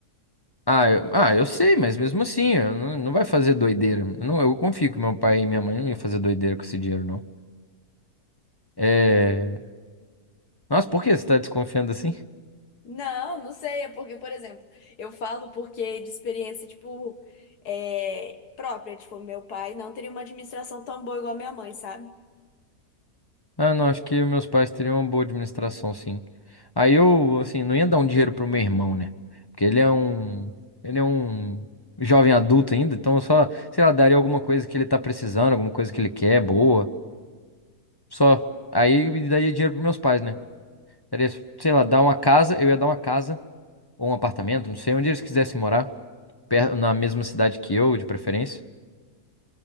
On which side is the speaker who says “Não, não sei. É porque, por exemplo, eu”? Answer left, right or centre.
Left